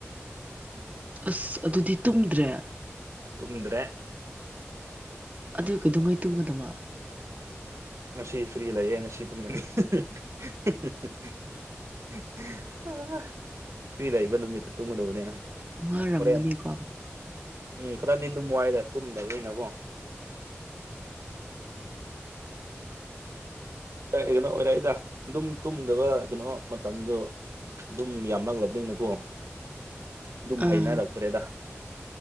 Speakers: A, on the right (about 30°); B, on the right (about 80°).
A: ꯑꯁ ꯑꯗꯨꯗꯤ ꯇꯨꯝꯗ꯭ꯔꯦ꯫
B: ꯇꯨꯝꯗ꯭ꯔꯦ
A: ꯑꯗꯨ ꯀꯩꯗꯨꯡꯉꯩ ꯇꯨꯝꯒꯗꯕ꯫
B: ꯉꯁꯤ ꯐ꯭ꯔꯤ ꯂꯩꯌꯦ ꯉꯁꯤ ꯇꯨꯝꯒꯅꯤ꯫ <unintelligible> ꯐ꯭ꯔꯤ ꯂꯥꯛꯏꯕ ꯅꯨꯃꯤꯠꯇ ꯇꯨꯝꯒꯗꯕꯅꯤꯅ꯫
A: ꯋꯥꯨꯔꯝꯒꯅꯤꯀꯣ꯫
B: ꯍꯣꯔꯦꯟ ꯎꯝ ꯈꯔꯗꯤ ꯑꯗꯨꯝ ꯋꯥꯏꯗ ꯇꯨꯝꯗꯕꯅꯤꯅꯀꯣ꯫ ꯀ ꯀꯩꯅꯣ ꯑꯣꯏꯔꯛꯏꯗ ꯑꯗꯨꯝ ꯇꯨꯝꯗꯕ ꯀꯩꯅꯣ ꯃꯇꯝꯗꯣ ꯑꯗꯨꯝ ꯌꯥꯝ ꯅꯛꯂꯕꯅꯤꯅꯀꯣ꯫ ꯑꯗꯨꯝ
A: ꯑꯥ
B: ꯍꯩꯅꯔꯛꯇ꯭ꯔꯦꯗ꯫